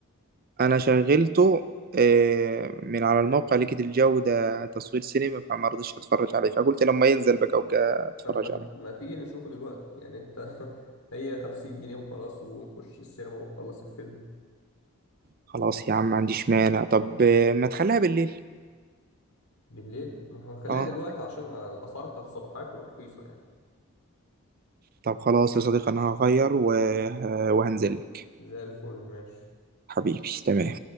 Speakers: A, on the right; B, on the left.
A: انا شغلته آه، من على الموقع لقيت الجو ده تصوير سينما فما رضيتش اتفرج عليه فقلت لما ينزل بقى ابقى اتفرج
B: طب ما
A: عليه
B: ما تيجي نشوفه دلوقتي يعني انت <laughs> هي 50 جنيه وخلاص ونخش السينما ونخلص الفيلم
A: خلاص يا عم ما عنديش مانع طب آه، ما تخليها بالليل
B: بالليل ما هنخليها
A: اه
B: دلوقتي عشان الاسعار بتاعت الصباحية بتبقى رخيصة يعني
A: طب خلاص يا صديقي انا هغير و- آه، وهنزل لك
B: زي الفل ماشي
A: حبيبي تمام